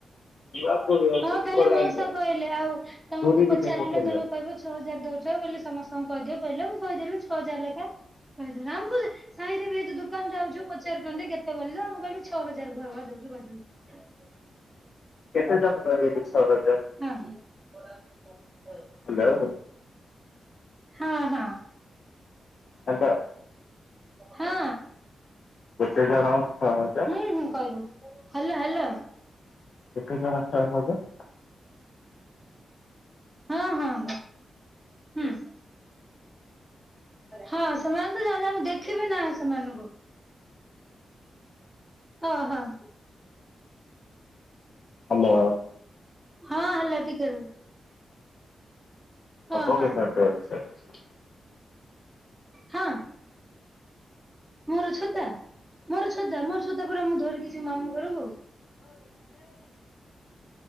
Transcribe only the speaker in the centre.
<unintelligible>
<unintelligible> <unintelligible> <inaudible>
<unintelligible>
ହଁ ହଁ।
ହଁ।
ହୁଁ ହୁଁ କହିବୁ ହ୍ୟାଲୋ ହ୍ୟାଲୋ।
ହଁ ହଁ ହଁ ହୁଁ। ହଁ ସେମାନେ ତ ଯା ଆମେ ଦେଖିବେ ନା ସେମାନଙ୍କୁ। ହଁ ହଁ।
ହଁ ହାଲୋ ଟିକେ ରୁହ। ହଁ
ହଁ
ହଁ। ମୋର ଛତା ମୋର ଛତା ମୋର ଛତା ପରା ମୁଁ ଧରିକି ଯିବି ମାମୁ ଘରକୁ। <unintelligible>